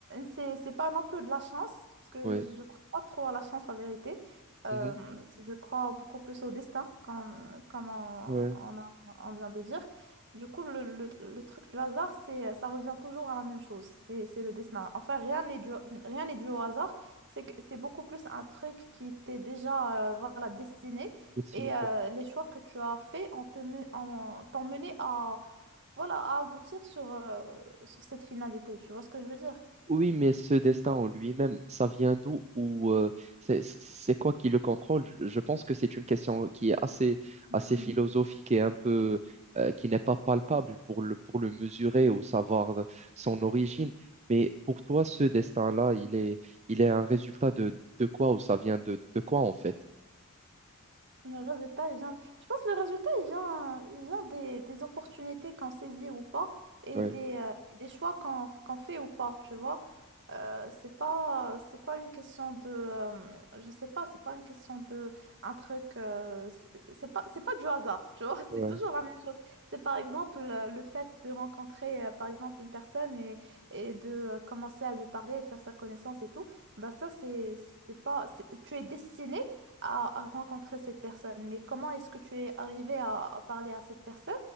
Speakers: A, on the right; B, on the right.
A: c'est c'est pas non plus de la chance parce que
B: Oui.
A: je crois pas trop à la chance, la vérité. Euh,
B: Mhm.
A: je crois beaucoup plus au destin, comme comme on,
B: Ouais.
A: on a- on vient de dire. Du coup, le, le- le truc du hasard, c'est ça revient toujours à la même chose. C'est c'est le destin. Enfin, rien n'est dû rien n'est dû au hasard. C'est que- c'est beaucoup plus un truc qui était déjà euh, voilà destiné.
B: Et sinon,
A: Et euh, les choix que tu as faits ont te men- ont- t'ont mené à, voilà, à aboutir sur, euh, sur cette finalité. Tu vois ce que je veux dire?
B: Oui, mais ce destin en lui-même, ça vient d'où ou euh, c'est c'est quoi qui le contrôle? Je je pense que c'est une question qui est assez,
A: Hmm.
B: assez philosophique et un peu euh, qui n'est pas palpable pour le, pour le mesurer ou savoir son origine. Mais pour toi, ce destin-là, il est, il est un résultat de, de quoi ou ça vient de, de quoi en fait?
A: Le résultat, il vient... Je pense que le résultat, il vient, il vient des, des opportunités qu'on saisit ou pas et
B: Ouais,
A: des, euh, des choix qu'on qu'on fait ou pas, tu vois. Euh, c'est pas c'est pas une question de euh, je sais pas c'est pas une question de un truc euh, c'est c'est pas c'est pas du hasard tu vois <laughs>
B: ouais,
A: c'est toujours la même chose c'est par exemple euh, le fait de rencontrer euh, par exemple une personne et, et de euh, commencer à lui parler et faire sa connaissance et tout bah ça c'est c'est pas c'est- tu es destiné à, à rencontrer cette personne mais comment est-ce que tu es arrivé à, à parler à cette personne